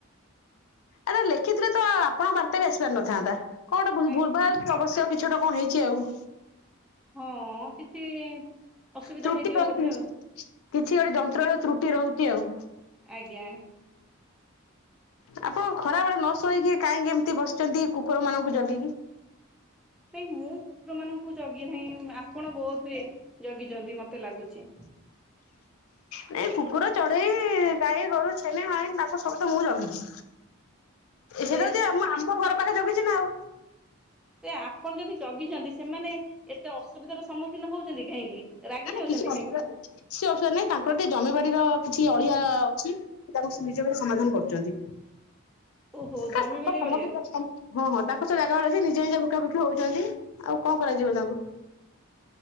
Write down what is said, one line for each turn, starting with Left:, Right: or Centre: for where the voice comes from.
Left: ଆରେ ଲେଖିଥିଲେ ତ ଆପଣଙ୍କ ବାର୍ତ୍ତା ବି ଆସି ପାରିନଥାନ୍ତା କଣ ଗୋଟେ
Centre: ଆଜ୍ଞା
Left: ଭୁଲ ଭୁଲ ଭାଲ ଅବଶ୍ୟ କିଛି ଗୋଟେ କଣ ହେଇଛି ଆଉ?
Centre: ହଁ କିଛି ଅସୁବିଧା
Left: ତ୍ରୁଟି
Centre: ହେଇଥିବ
Left: ରହିଛି।
Centre: ବୋଧେ ଆଉ
Left: କିଛି ଗୋଟେ ଯନ୍ତ୍ର ର ତ୍ରୁଟି ରହୁଛି ଆଉ
Centre: ଆଜ୍ଞା
Left: ଆପଣ ଖରା ବେଳେ ନ ଶୋଇକି କାହିଁକି ଏମିତି ବସିଛନ୍ତି କୁକୁର ମାନଙ୍କୁ ଜଗିକି?
Centre: କାଇଁ ମୁଁ କୁକୁର ମାନଙ୍କୁ ଜଗି ନାହିଁ ଆପଣ ବୋଧ ହୁଏ ଜଗିଛନ୍ତି ମତେ ଲାଗୁଛି <inaudible>
Left: ନାଇଁ କୁକୁର ଚଢେଇ ଗାଈ ଗୋରୁ ଛେଲି ମାଇଁ ତାଙ୍କ ସବୁ ତ ମୁଁ ଜଗିଛି
Centre: ଆଉ
Left: ସେଇଟା
Centre: ଏ
Left: ଯେ ଆମ ଆମ ଘର ପାଖେ ଜଗିଛି ନା ଆଉ
Centre: ସେ ଆପଣ ଯଦି ଜଗିଛନ୍ତି ସେମାନେ ଏତେ ଅସୁବିଧାର ସମ୍ମୁଖୀନ ହଉଛନ୍ତି କାହିଁକି? ରାଗି
Left: ନାଇ
Centre: ଯାଉଛନ୍ତି
Left: ମ କିଛି ଅସୁବିଧା
Centre: କାହିଁକି
Left: କି - କିଛି ଅସୁବିଧା ନାହିଁ ତାଙ୍କର ଟିକେ ଜମିିବାଡିର କିଛି ଅଳିଆ ଅଛି ତାକୁ ସେ ନିଜ ଭିତରେ ସମାଧାନ କରୁଛନ୍ତି।
Centre: <inaudible>
Left: <unintelligible>
Centre: ଜମି
Left: ହଁ
Centre: ବାଡି ଅଳିଆ
Left: ହଁ ତାଙ୍କ ସେ ଜାଗା ରଖି। ନିଜେ ନିଜେ ଭୁକା ଭୁକି ହଉଛନ୍ତି ଆଉ କଣ କରାଯିବ ତାଙ୍କୁ।